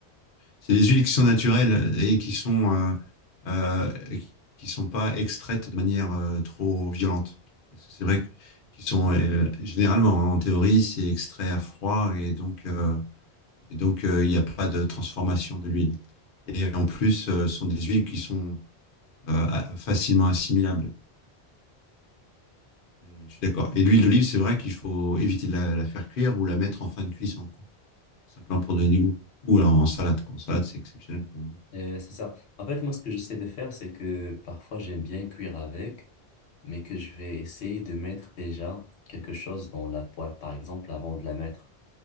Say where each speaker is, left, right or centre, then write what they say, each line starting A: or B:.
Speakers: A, on the left; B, on the left.
A: C'est des huiles qui sont naturelles et qui sont euh, euh, qui sont pas extraites de manière euh, trop violente. Parce que c'est vrai que- qu'ils sont euh, généralement, hein, en théorie, c'est extrait à froid et donc euh, et donc euh, il n'y a pas de transformation de l'huile. Et en plus, euh, ce sont des huiles qui sont euh, a- facilement assimilables. Euh, Je suis d'accord. Et l'huile d'olive, c'est vrai qu'il faut éviter de la, la faire cuire ou la mettre en fin de cuisson. quoi. simplement pour donner du goût. Ou alors en salade, quoi. En salade, c'est exceptionnel comme goût.
B: Euh, c'est ça. En fait, moi, ce que j'essaie de faire, c'est que parfois j'aime bien cuire avec, mais que je vais essayer de mettre déjà quelque chose dans la poêle, par exemple, avant de la mettre.